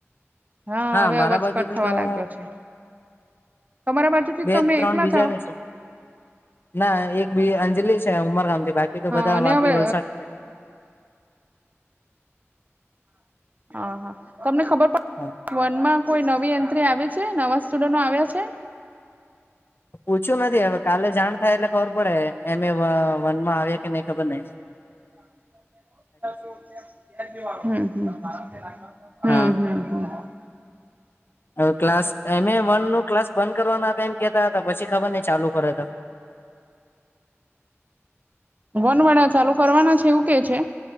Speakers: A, on the right; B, on the left.
A: હહ
B: હા
A: હવે
B: મારા
A: અવાજ
B: બાજુથી
A: કટ થવા
B: તો હું
A: લાગ્યો છે. તમારા બાજુથી
B: બે
A: તમે
B: ત્રણ
A: એકલા
B: બીજા
A: જ આઓ
B: બેસે ના એક બે અંજલી છે ઉમર ગામથી બાકી તો
A: હા
B: બધા
A: અને
B: વાપી,
A: હવે
B: વલસાડ.
A: <inaudible> અ હહ તમને ખબર પડ
B: હહ
A: વનમાં કોઈ નવી એન્ટ્રી આવી છે, નવા સ્ટુડન્ટો આવ્યા છે?
B: પૂછ્યું નથી હવે કાલે જાણ થાય એટલે ખબર પડે, એમે વનમાં આવ્યા કે નહી ખબર નઈ. <unintelligible>
A: <inaudible> <inaudible> હમ હમ હમ હમ હમ
B: હા
A: હમ.
B: હવે ક્લાસ એમ એ વનનું ક્લાસ બંધ કરવાના હતા એમ કેતા હતા પછી ખબર નહીં ચાલુ કરે તો.
A: વનવાળા ચાલુ કરવાના છે એવું કે છે?